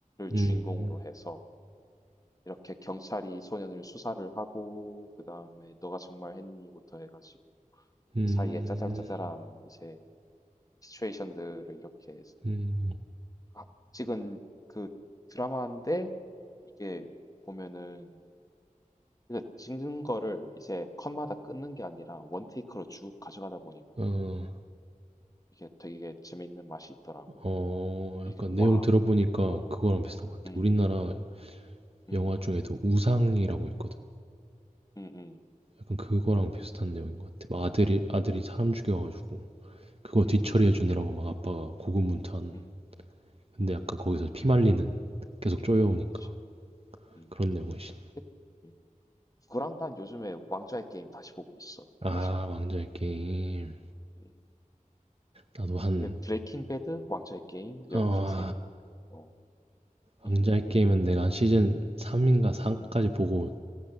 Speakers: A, on the right; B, on the left.
A: 음.
B: 주인공으로 해서 이렇게 경찰이 소년을 수사를 하고 그 다음에 너가 정말 했니부터 해가지고
A: 음.
B: 그 사이에 짜잘짜잘한 이제 시츄에이션들을 이렇게
A: 음. 음.
B: 하- 찍은 그 드라마인데 이게 보면은 근데 찍는 거를 이제 컷마다 끊는 게 아니라 원테이크로 쭉 가져가다 보니까
A: 어,
B: 이게 되게 재밌는 맛이 있더라고.
A: 어,
B: 이게
A: 약간
B: 와,
A: 내용 들어보니까
B: 어,
A: 그거랑 비슷한 것 같아.
B: 음,
A: 우리나라
B: 음,
A: 영화 중에도 우상이라고 있거든.
B: 음, 음.
A: 약간 그거랑 비슷한 내용인 것 같아. 막 아들이 아들이
B: 음.
A: 사람 죽여가지고 그거
B: 음.
A: 뒤처리해 주느라고 막 아빠가 고군분투한
B: 음.
A: 근데
B: 음.
A: 약간 거기서 피 말리는 계속 쪼여오니까
B: 그치. 음.
A: 그런 내용이지
B: 근데 음. 그랑 난 요즘에 왕좌의 게임 다시 보고 있어.
A: 아
B: 맞아.
A: 왕좌의 게임
B: 음.
A: 나도 한
B: 근데 브레이킹 배드, 왕좌의 게임 이렇게
A: 어,
B: 세 개. 어, <laughs>
A: 왕좌의 게임은 내가 한 시즌 3인가 4까지
B: 음.
A: 보고